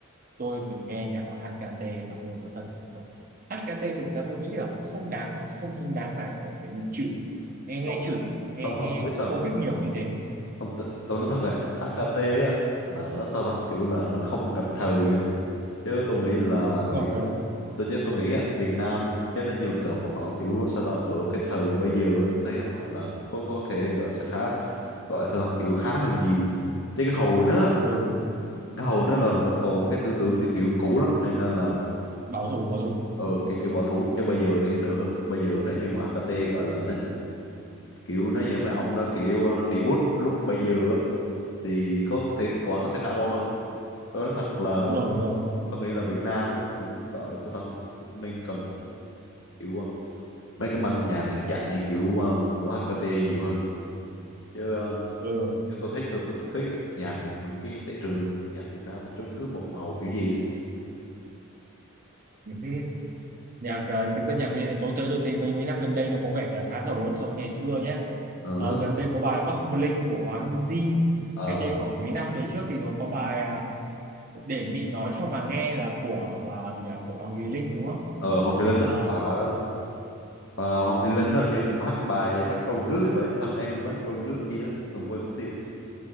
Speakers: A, on the right; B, on the left.
A: tôi từng nghe nhạc của HKT và tôi nói thật là HKT thực ra tôi nghĩ là họ không đáng họ không xứng đáng phải phải phải bị chửi nghe nghe
B: không
A: chửi nghe
B: không không
A: nghe
B: ông biết sao
A: công
B: không
A: kích nhiều như thế
B: Không, tôi, tôi nói thật rồi HKT á là nó sao ta kiểu là nó không gặp thời nha chứ tôi nghĩ là
A: không
B: Việt
A: gặp trời
B: tôi chứ tôi nghĩ á Việt Nam chứ nó nhiều tờ bọn họ kiểu sao ta ở cái thời bây giờ á, thấy họ gọi là có có thể gọi sẽ khá gọi sao ta kiểu khá hơn nhiều chứ cái hồi nó
A: ừ
B: cái hồi nó là, là vẫn còn một cái tư tưởng kiểu, kiểu cũ lắm nên là
A: bảo thủ bảo thủ
B: ờ kiểu kiểu bỏ thú chứ bây giờ thì đỡ hơn bây giờ nó như mà HKT gọi là sao nhỉ kiểu nó như mấy ông nó kiểu ờ, đi bút lúc bây giờ á, thì có thể kết quả nó sẽ khả quan hơn tôi nói thật là
A: đúng
B: tôi
A: rồi
B: nghĩ
A: đúng rồi
B: là, tôi nghĩ là Việt Nam á cũng gọi sao ta cũng nên cần kiểu ờ, mấy cái băng nhạc hiện đại như kiểu ờ, của HKT nhiều hơn chứ ờ,
A: ừ
B: tôi thấy cho tôi thấy cái nhạc Việt cái thị trường nhạc Việt Nam nói chung cứ một màu kiểu gì á
A: ừ. nhạc à, thực ra nhạc Việt tôi tới tôi thấy mấy mấy năm gần đây nó có vẻ là khá khá hơn so với ngày xưa nhé
B: nữa
A: Ờ, gần đây có bài Bắc Bling của Hòa Minzy
B: ờ
A: cách đây khoảng mấy năm về trước thì nó có bài à, để Mị nói cho mà nghe là của bà gì à, của Hoàng Thùy Linh đúng không
B: ờ Hồng Thị Linh
A: à,
B: á bà bà đó Ờ, Hoàng Tiến Lính đâu như cũng hát cái bài bánh trâu nước thì phải thân em như bánh trâu nước chi đó đừng quên mất tiêu